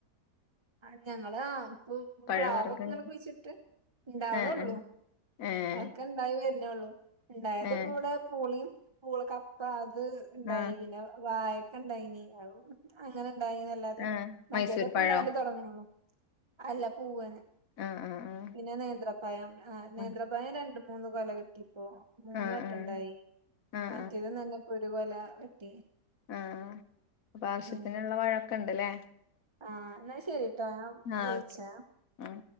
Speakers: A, on the right; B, on the left.
A: ആ ഞങ്ങളാ ഇപ്പൊ
B: പഴവർഗ്ഗങ്ങൾ
A: പ്ലാവൊക്കെ ങ്ങനെ കുഴിച്ചിട്ട് ഇണ്ടാവ്ണള്ളൂ
B: ഏഹ് ഏഹ് ഏഹ്
A: അതൊക്കെ ഇണ്ടായി തന്നെ ഉള്ളൂ ഇണ്ടായത്
B: ഏഹ്
A: ഇപ്പ ഇവിടെ പൂളി പൂള കപ്പ അ അത് ഇണ്ടായി
B: ആഹ്
A: പിന്നെ വായ ക്കണ്ടായിന അങ്ങനെ ഉണ്ടായിന്നല്ലാതെ
B: ആഹ്
A: മറ്റേതൊക്കെ
B: മൈസൂർ പഴോ
A: ഉണ്ടായാലും തുടങ്ങണള്ളോ അല്ല പൂവന്
B: ആഹ്
A: പിന്നെ നേന്ത്ര പയം ആ നേന്ത്രപയം
B: ആഹ്
A: രണ്ടു മൂന്നു കൊല കിട്ടി അപ്പ മൂന്ന്
B: ആഹ്
A: വട്ടം
B: ആഹ്
A: ഉണ്ടായി
B: ആഹ്
A: മറ്റേത് നന്നെ പൊ ഒരു കൊല വെട്ടി
B: ആ അപ്പൊ ആവശ്യത്തിനുള്ള
A: ഉം
B: വാഴക്കുണ്ട് ണ്ടല്ലേ
A: ആ എന്നാ ശരി ട്ടോ ഞാൻ
B: ആഹ്
A: വിളിച്ചേ
B: ഓക്കെ ആഹ്